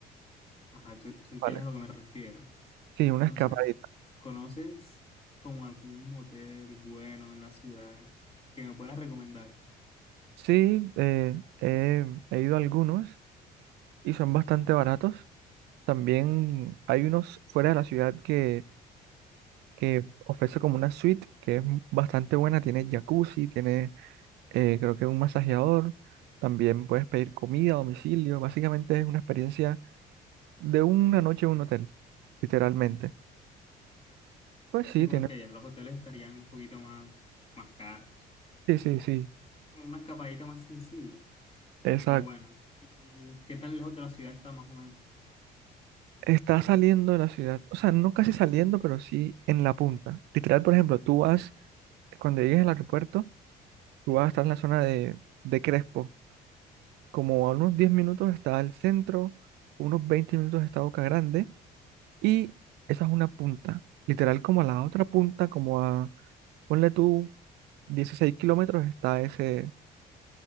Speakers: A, on the left (about 35°); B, on the right (about 80°).
A: Ajá, tú, tú entiendes
B: vale.
A: a lo que me refiero.
B: Sí, una
A: Entonces,
B: escapadita.
A: ¿conoces como algún motel bueno en la ciudad que me puedas recomendar?
B: Sí, eh, he he ido a algunos y son bastante baratos. También hay unos fuera de la ciudad que que ofrece como una suite que es bastante buena, tiene jacuzzi, tiene eh, creo que un masajeador, también puedes pedir comida a domicilio, básicamente es una experiencia de una noche en un hotel, literalmente. Pues
A: Sí,
B: sí,
A: porque
B: tiene,
A: ya los hoteles estarían un poquito más, más caros.
B: sí, sí, sí,
A: Como una escapadita más sencilla,
B: exacto.
A: pero bueno. ¿Y qué tan lejos de la ciudad está más o menos?
B: Está saliendo de la ciudad, o sea, no casi saliendo, pero sí en la punta. Literal, por ejemplo, tú vas, cuando llegues al aeropuerto, tú vas a estar en la zona de, de Crespo, como a unos 10 minutos está el centro, unos 20 minutos está Boca Grande Y esa es una punta. Literal, como a la otra punta, como a, ponle tú, 16 kilómetros está ese,